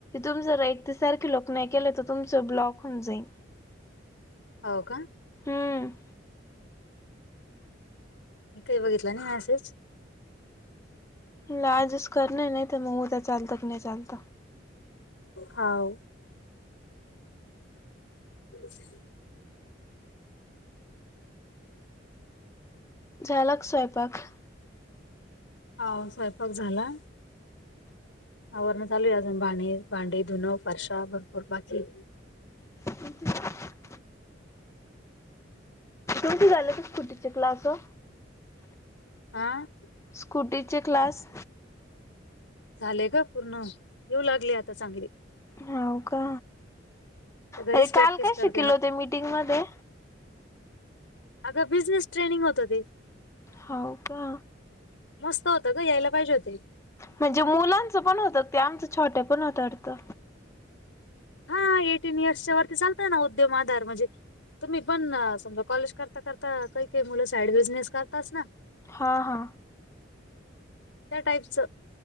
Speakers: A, on the left; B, on the left.
A: तुमी जर एकते एकटसारख लोक नाही केलं तर तुमचं ब्लॉक होऊन जाईल.
B: हव का?
A: हम्म.
B: काही बघितलं नाही मॅसेज.
A: तुला आजच करण नाही तर मग उद्या चालतं की नाही चालतं.
B: हाव. <unintelligible>
A: झाला क स्वयंपाक?
B: हाव स्वयंपाक झाला. आवरण चालू आहे आताअजून भांडे भांडे धुन फारशा भरपूर बाकी.
A: <unintelligible> कीती झाले आहे की स्कुटीचे क्लास हो?
B: आ?
A: स्कुटीचे क्लास?
B: झाले ग पूर्ण येऊ लागली आता चांगली.
A: हवका
B: आता घरीच
A: अरे
B: प्रॅक्टिस
A: काल काय
B: करते
A: शिकल
B: ना
A: होते मीटिंग मध्ये?
B: अग बिझनेस ट्रेनिंग होत ते.
A: हव का?
B: मस्त होतं ग यायला पाहिजे होते.
A: म्हणजे मुलांचं पण होतं ते आमचं छोटे पण होत वाटं.
B: हा एटीन इयरच्या वरती चालतय ना उद्यम आधार म्हणजे. तुम्ही पण समजा कॉलेज करता करता काही काही मुलं साईड बिजनेस करतात ना.
A: हा हा.
B: त्या टाईपचं.